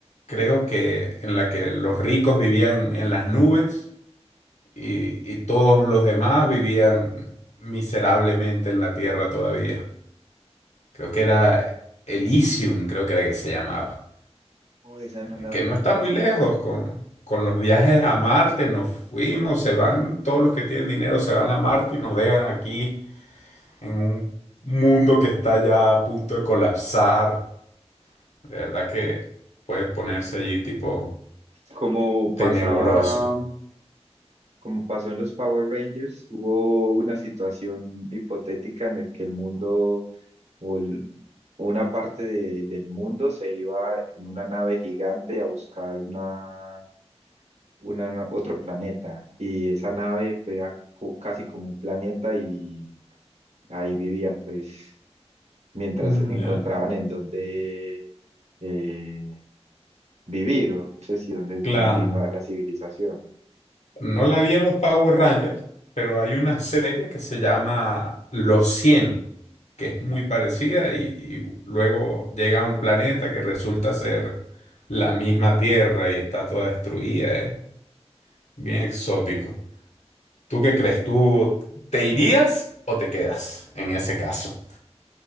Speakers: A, on the left; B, on the right.
A: creo que en la que los ricos vivían en las nubes y, y todos los demás vivían miserablemente en la tierra todavía. Creo que era Elysium, creo que era que se llamaba.
B: Oh, esa no
A: eh,
B: la
A: Que
B: vi.
A: no está muy lejos con, con los viajes a Marte. Nos fuimos, se van, todos los que tienen dinero se van a Marte y nos dejan aquí en un mundo que está ya a punto de colapsar. De verdad que puede ponerse allí tipo
B: Como
A: tenebroso.
B: pasaba, como pasó en los Power Rangers, hubo una situación hipotética en el que el mundo o el- una parte de- del mundo se iba en una nave gigante a buscar una, una- otro planeta y esa nave pues, era co- casi como un planeta y ahí vivían pues mientras
A: Mm,
B: encontraban
A: Ya.
B: en dónde eh, vivir o no sé si dónde
A: Claro,
B: continuar la civilización.
A: No la vi en los Power Rangers, pero hay una serie que se llama Los Cien, que es muy parecida y, y luego llega a un planeta que resulta ser la misma Tierra y está toda destruida, ¿eh? Bien exótico. ¿Tú qué crees? ¿Tú te irías o te quedas en ese caso?